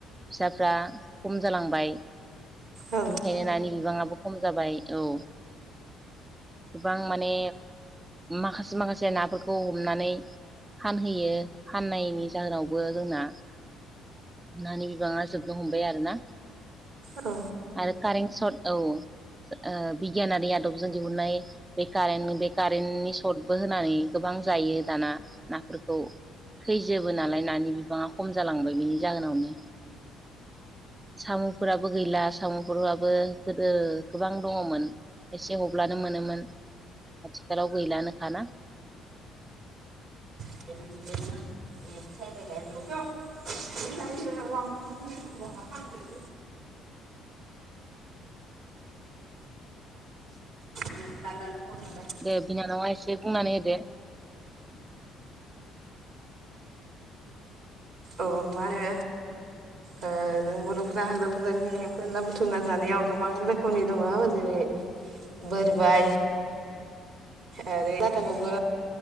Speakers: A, on the right; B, on the right.
A: फिसाफ्रा खम जालांबाय
B: औ
A: बेनिखायनो नानि बिबाङा खम जाबाय औ गोबां माने माखासे माखासे नाफोरखौ हमनानै फानहैयो फाननायनि जाहोनावबो जोंना नानि बिबाङा जोबनो हमबाय आरो ना
B: औ
A: आरो कारेन्ट सर्ट औ बिगियानारि आदबजों दिहुनाय बे कारेन्ट बे कारेन्टनि सर्टबो होनानै गोबां जायो दाना नाफोरखौ थैजोबो नालाय नानि बिबाङा खम जालांबाय बिनि जाहोनावनो साम'फोराबो गैला साम'फोराबो गोदो गोबां दङमोन एसे हब्लानो मोनोमोन आथिखालाव गैलानोखाना
B: बे ए थाय लगाय आरो <unintelligible> <unintelligible> <unintelligible>
A: दे बिनानावा एसे बुंनानै होदो
B: औ मा होनो ओ बर'फोरा हाग्रा बंग्रानि एम्फौ एनला बुथुमना जानायाव गोबां रोखोमनि दङ जेरै बोरबाय ओरै लाथाखौबो